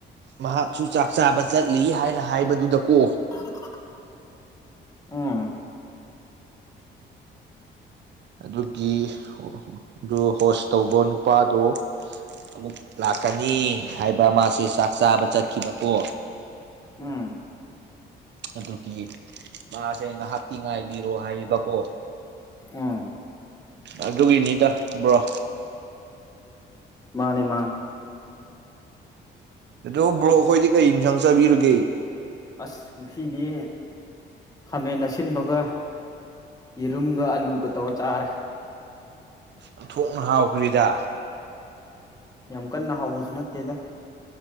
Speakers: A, on the right (about 60°); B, on the left (about 20°).
A: ꯃꯍꯥꯛꯁꯨ ꯆꯥꯛ ꯆꯥꯕ ꯆꯠꯂꯤ ꯍꯥꯏꯅ ꯍꯥꯏꯕꯗꯨꯗ ꯀꯣ
B: <unintelligible> ꯎꯝ
A: ꯑꯗꯨꯒꯤ ꯑꯗꯨ ꯑ ꯍꯣꯁ ꯇꯧꯕ ꯅꯨꯄꯥꯗꯣ ꯑꯃꯨꯛ ꯂꯥꯛꯀꯅꯤ ꯍꯥꯏꯕ ꯃꯥꯁꯦ ꯆꯥꯛ ꯆꯥꯕ ꯆꯠꯈꯤꯕꯀꯣ
B: ꯎꯝ
A: ꯑꯗꯨꯒꯤ ꯃꯥꯁꯦ ꯉꯥꯏꯍꯥꯛꯇꯤ ꯉꯥꯏꯕꯤꯔꯣ ꯍꯥꯏꯌꯦꯕꯀꯣ
B: ꯑꯣ
A: ꯑꯗꯨꯒꯤꯅꯤꯗ ꯕ꯭ꯔꯣ
B: ꯃꯥꯅꯦ ꯃꯥꯅꯦ
A: ꯑꯗꯨ ꯕ꯭ꯔꯣ ꯈꯣꯏꯗꯤ ꯀꯩ ꯏꯟꯁꯥꯡ ꯆꯥꯕꯤꯔꯒꯦ
B: ꯑꯁ ꯉꯁꯤꯗꯤ ꯈꯥꯃꯦꯟ ꯑꯁꯤꯟꯕꯒ ꯌꯦꯔꯨꯝꯒ ꯑꯂꯨꯒ ꯇꯧꯔ ꯆꯥꯔꯦ
A: ꯑꯣꯟꯊꯣꯛꯅ ꯍꯥꯎꯈ꯭ꯔꯤꯗ
B: ꯌꯥꯝ ꯀꯟꯅ ꯍꯥꯎꯕꯁꯨ ꯅꯠꯇꯦꯗ